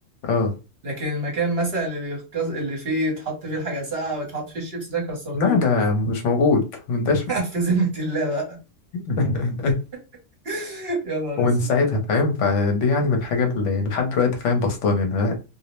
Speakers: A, on the left; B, on the right.
A: اه
B: لكن المكان مثلا اللي بيكس... اللي فيه يتحط فيه الحاجة ساقعة ويتحط فيه الشيبس ده كسرتوه
A: لا ده مش موجود مداش
B: <laughs> في ذمة الله بقى
A: <laughs>
B: <laughs> يا نهار
A: ومن
B: اسود
A: ساعتها فاهم فدي يعني من الحاجة اللي لحد دلوقتي فاهم بسطاني اللي,